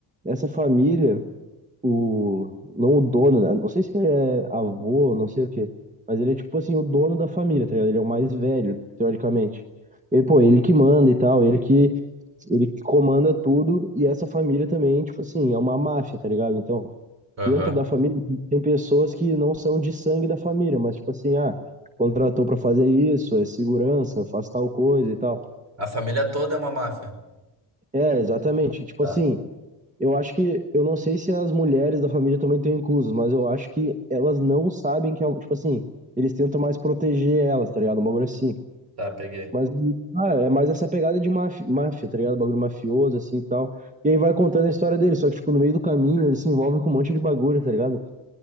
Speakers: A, on the right (about 15°); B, on the right (about 35°).
A: essa família, o, não o dono, né? Não sei se ele é avô, não sei o quê, mas ele é tipo assim, o dono da família, tá ligado? Ele é o mais velho, teoricamente. E, pô, ele que manda e tal, ele que, ele que comanda tudo, e essa família também, tipo assim, é uma máfia, tá ligado? Então,
B: Aham.
A: dentro da família, tem pessoas que não são de sangue da família, mas tipo assim, ah, contratou pra fazer isso, é segurança, faz tal coisa e tal.
B: A família toda é uma máfia.
A: É, exatamente. Tipo
B: Tá,
A: assim, eu acho que, eu não sei se as mulheres da família também estão inclusas, mas eu acho que elas não sabem que é, um- tipo assim, eles tentam mais proteger elas, tá ligado? Um bagulho assim.
B: tá, peguei.
A: Mas ah, é mais essa pegada de máfia, máfia, tá ligado? Bagulho mafioso, assim e tal. E aí vai contando a história deles, só que, tipo, no meio do caminho eles se envolvem com um monte de bagulho, tá ligado?